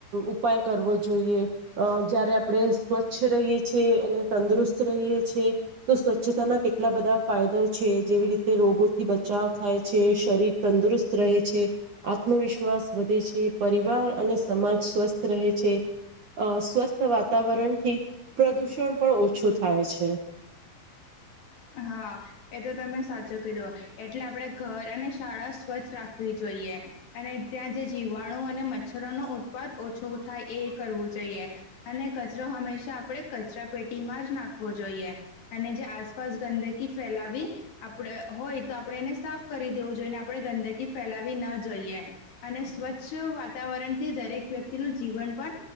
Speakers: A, on the right; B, on the left.
A: ઉપાય કરવો જોઈએ અ જયારે આપણે સ્વચ્છ રહીએ છીએ અને તંદુરસ્ત રહીએ છે તો સ્વચ્છતાના કેટલા બધા ફાયદા છે જેવી રીતે રોગોથી બચાવ થાય છે શરીર તંદુરસ્ત રહે છે આત્મવિશ્વાસ વધે છે પરિવાર અને સમાજ સ્વસ્થ રહે છે અ સ્વસ્થ વાતાવરણથી પ્રદુષણ પણ ઓછું થાય છે
B: હા એ તો તમે સાચો કિધો એટલે આપણે ઘર અને શાળા સ્વચ્છ રાખવી જોઈએ અને ત્યાં જે જીવાણું અને મચ્છર રોનો ઉત્પાદ ઓછો થાય એ કરવું જોઈએ. અને કચરો હંમેશા આપણે કચરા પેટી ટીમાજ નાખવો જોઈએ. અને જે આ ગંદકી ફેલાવી આપણે હોય તો આપણે એને સાફ કરી દેવું જોઈ. ને આપણે ગંદકી ફેલાવી ન જોઈએ. અને સ્વચ્છ વાતાવરણથી દરેક વ્યક્તિનું જીવન પણ